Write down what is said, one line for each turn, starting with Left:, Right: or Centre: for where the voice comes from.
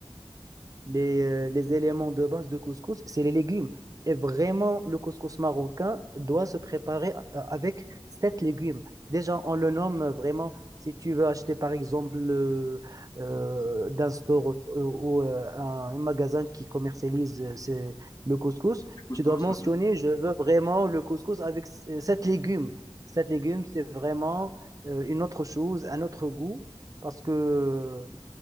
Right: les, euh, les éléments de base de couscous, c'est les légumes. Et vraiment, le couscous marocain doit se préparer euh, avec sept légumes. Déjà,
Left: couscous.
Right: on le nomme vraiment, si tu veux acheter par exemple euh, euh, d'un store ou, ou, euh, un magasin qui commercialise euh, ce- le couscous,
Left: Le couscous,
Right: tu dois mentionner,
Left: mhm.
Right: je veux vraiment le couscous avec s- euh, sept légumes. Sept légumes, c'est vraiment euh, une autre chose, un autre goût, parce que